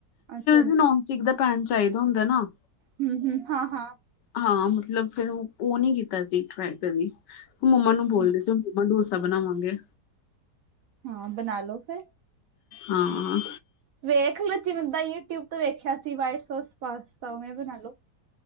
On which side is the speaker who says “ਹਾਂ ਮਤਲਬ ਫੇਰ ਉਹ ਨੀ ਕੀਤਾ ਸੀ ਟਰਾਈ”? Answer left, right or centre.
Left